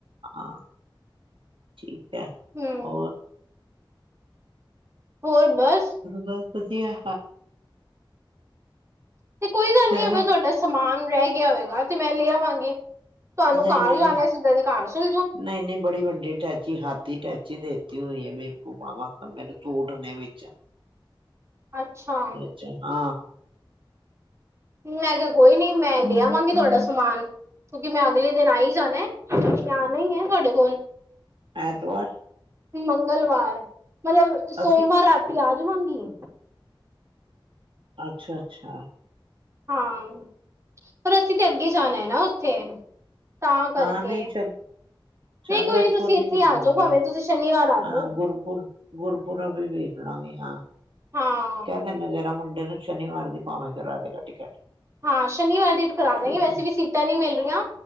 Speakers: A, on the right (about 70°); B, on the right (about 30°).
A: ਆਂ ਠੀਕ ਹੈ
B: ਹਮ
A: ਓਰ
B: ਹੋਰ, ਬਸ
A: ਬਸ, ਵਧੀਆ
B: ਤੇ ਕੋਈ ਗੱਲ
A: ਚਲੋ
B: ਨੀ, ਅਗਰ ਤੁਹਾਡਾ ਸਮਾਨ ਰਹਿ ਗਿਆ ਹੋਏਗਾ ਤੇ ਮੈਂ ਲੈ ਆਵਾਂਗੀ। ਤੁਹਨੂੰ
A: ਨਹੀਂ
B: ਕਾਰ
A: ਨਹੀਂ
B: ਜਾਣੇ, ਸੀਧਾ ਤੇ ਕਾਰ ਚਲ ਜਾਓ।
A: ਨਹੀਂ ਨਹੀਂ ਬੜੀ ਵੱਡੀ ਅਟੈਚੀ, ਹਾਥੀ ਅਟੈਚੀ ਦੇਤੀ ਹੋਈ ਹੈ ਬੇਵਕੂਫਾਂ ਵਾਕਣ, ਮੇਰੇ ਸੂਟ ਨੇ ਵਿੱਚ
B: ਅੱਛਾ।
A: ਅੱਛਾ, ਹਾਂ।
B: ਮੈਂ ਕਿਹਾ ਕੋਈ ਨੀ, ਮੈਂ ਦੇ ਆਵਾਂਗੀ ਤੁਹਾਡਾ ਸਮਾਨ ਕਿਉਂਕਿ ਮੈਂ ਅਗਲੇ ਦਿਨ ਆ ਹੀ ਜਾਣਾ, ਆਉਣਾ ਹੀ ਹੈ ਤੁਹਾਡੇ ਕੋਲ
A: ਐਤਵਾਰ?
B: ਮੰਗਲਵਾਰ, ਮਤਲਬ ਸੋਮਵਾਰ
A: ਅਸੀਂ
B: ਰਾਤੀ ਆ ਜਾਵਾਂਗੀ
A: ਅੱਛਾ, ਅੱਛਾ।
B: ਹਾਂ, ਪਰ ਅਸੀਂ ਤੇ ਅੱਗੇ ਜਾਣਾ ਹੈ ਨਾ ਉੱਥੇ ਤਾਂ ਕਰਕੇ।
A: ਹਾਂ ਨਹੀਂ ਚੱਲ,
B: ਨਹੀਂ
A: ਚਲੋ
B: ਕੋਈ
A: ਇੱਥੋਂ
B: ਨੀ ਤੁਸੀਂ
A: ਦੀ
B: ਇੱਥੇ
A: ਨਿਕਲਾਂਗੇ।
B: ਆ ਜਾਓ ਭਾਵੇਂ ਤੁਸੀਂ ਸ਼ਨੀਵਾਰ ਆ ਜਾਓ,
A: ਹਾਂ ਗੁਰਪੁਰਬ, ਗੁਰਪੁੁਰਬ ਵੀ ਵੇਖ ਲਾਂਗੇ ਹਾਂ,
B: ਹਾਂ।
A: ਕਹਿ ਦਿੰਦੇ ਮੈ ਜ਼ਰਾ ਮੁੰਡੇ ਨੂੰ, ਸ਼ਨੀਵਾਰ ਦੀ ਭਾਵੇਂ ਕਰਾ ਦੇਗਾ ਟਿਕਟ
B: ਹਾਂ ਸ਼ਨੀਵਾਰ ਦੀ ਕਰਾ ਦਾਂਗੀ,
A: ਠੀਕ
B: ਵੈਸੇ
A: ਹੈ
B: ਵੀ ਸੀਟਾਂ ਨੀ ਮਿਲ ਰਹੀਆਂ,